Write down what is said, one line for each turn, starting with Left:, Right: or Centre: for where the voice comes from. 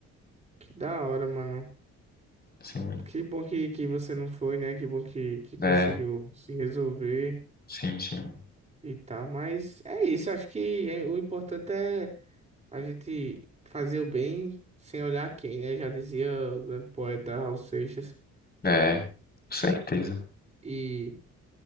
Right: Que da hora, mano.
Left: Sim.
Right: Que bom que, que você não foi, né? Que bom que, que conseguiu
Left: É,
Right: se resolver.
Left: sim, sim.
Right: e tal. Mas é isso, acho que é- o importante é a gente fazer o bem sem olhar quem, né? Já dizia o grande poeta Raul Seixas.
Left: É, com certeza.
Right: E